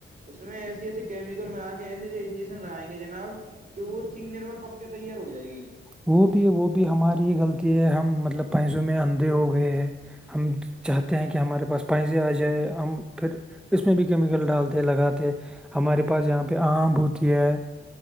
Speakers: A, on the right (about 40°); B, in the centre.
A: اس میں ایسی ایسی کیمیکل ملا کے ایسے ایسے انجیکشن لگائیں گے جناب کہ وہ تین دن میں پک کے تیار ہو جائے گی
B: وہ بھی وہ بھی ہماری غلطی ہے ہم مطلب پیسوں میں اندھے ہو گئے ہیں ہم چاہتے ہیں کہ ہمارے پاس پیسے آ جائے ہم پھر اس میں بھی کیمیکل ڈالتے لگاتے ہمارے پاس یہاں پہ آم ب ہوتی ہے